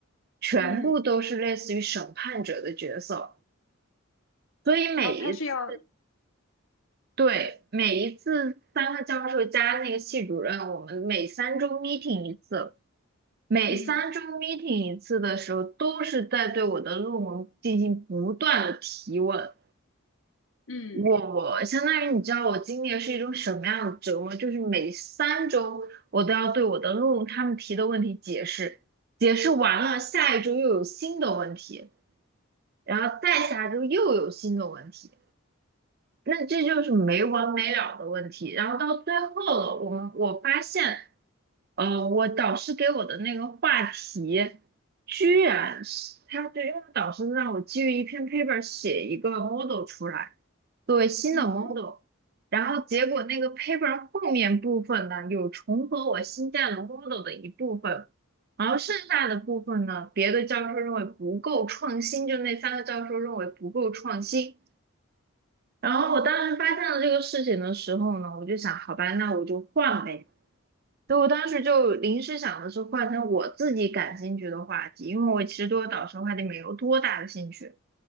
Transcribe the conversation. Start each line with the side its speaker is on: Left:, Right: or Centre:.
Right: 全部都是类似于审判者的角色，
Left: 嗯
Right: 所以每一次。
Left: 哦，他是要
Right: 对，每一次三个教授加那个系主任，我们每三周 meeting 一次，每三周
Left: 嗯
Right: meeting 一次的时候，都是在对我的论文进行不断的提问。
Left: 嗯
Right: 我相当于你知道我经历的是一种什么样的折磨？就是每三周我都要对我的论文他们提的问题解释，解释完了，下一周又有新的问题，然后再下周又有新的问题。那这就是没完没了的问题。然后到最后了，我们我发现，呃，我导师给我的那个话题，居然是他对，因为导师让我基于一篇 paper 写一个 model 出来，作为新的
Left: 嗯
Right: model。然后结果那个 paper 后面部分呢，有重合我新建的 model 的一部分，然后剩下的部分呢，别的教授认为不够创新，就那三个教授认为不够创新。然后我当时发现了这个事情的时候呢，我就想，好吧，那我就换呗。所以我当时就临时想的是换成我自己感兴趣的话题，因为我其实对我导师的话题没有多大的兴趣。